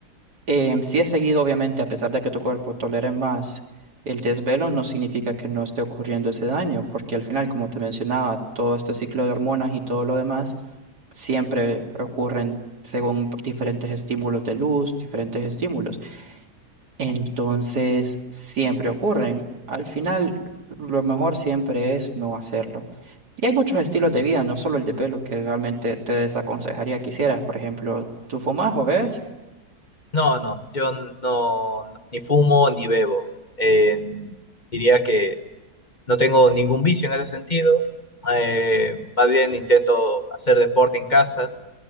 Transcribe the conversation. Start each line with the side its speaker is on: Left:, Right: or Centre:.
Right: eh, sí es seguido, obviamente, a pesar de que tu cuerpo tolere más el desvelo, no significa que no esté ocurriendo ese daño, porque al final, como te mencionaba, todo este ciclo de hormonas y todo lo demás siempre ocurren según diferentes estímulos de luz, diferentes estímulos. Entonces, siempre ocurren. Al final, lo mejor siempre es no hacerlo. Y hay muchos estilos de vida, no solo el de pelo, que realmente te desaconsejaría que hicieras. Por ejemplo, ¿tú fumas o bebes?
Left: No, no, yo n- no, n- ni fumo ni bebo. Eh, diría que no tengo ningún vicio en ese sentido. Eh, más bien intento hacer deporte en casa